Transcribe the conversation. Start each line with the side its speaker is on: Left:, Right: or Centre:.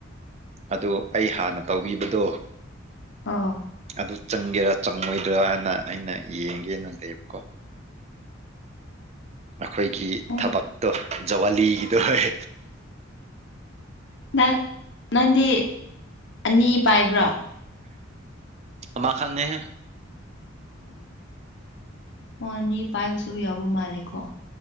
Right: ꯑꯗꯨ ꯑꯩ ꯍꯥꯟꯅ ꯇꯧꯕꯤꯕꯗꯣ
Left: ꯑꯣ
Right: ꯑꯗꯨ ꯆꯪ ꯒꯤꯦꯔꯥ ꯆꯪꯉꯣꯏꯗ꯭ꯔꯥꯅ ꯑꯩꯅ ꯌꯦꯡꯒꯦꯅ ꯂꯩꯕ ꯀꯣ ꯑꯩꯈꯣꯏꯒꯤ
Left: ꯑꯣ
Right: ꯊꯕꯛꯇꯣ ꯖꯋꯥꯂꯤꯒꯤꯗꯣ ꯑꯣꯏ
Left: ꯅꯪ ꯅꯪꯗꯤ ꯑꯅꯤ ꯄꯥꯏꯕ꯭ꯔꯣ
Right: ꯃꯥ ꯈꯪꯅꯦꯍꯦ
Left: ꯎꯝ ꯃꯥꯅꯤ ꯄꯥꯏꯕꯁꯨ ꯌꯥꯎꯕ ꯃꯥꯜꯂꯦꯀꯣ